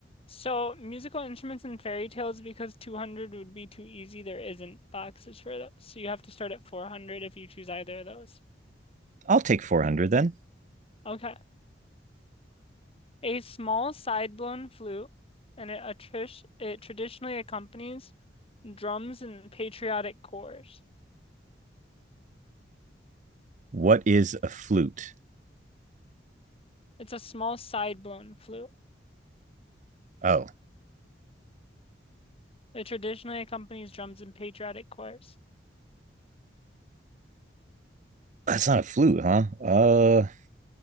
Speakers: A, on the left; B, on the right.
A: So, musical instruments and fairy tales, because 200 would be too easy, there isn't boxes for those. So, you have to start at 400 if you choose either of those.
B: I'll take 400 then.
A: Okay. A small side-blown flute, and it, attrish it traditionally accompanies drums and patriotic chores.
B: What is a flute?
A: It's a small side-blown flute.
B: Oh,
A: It traditionally accompanies drums and patriotic chores.
B: that's not a flute, huh? Uh,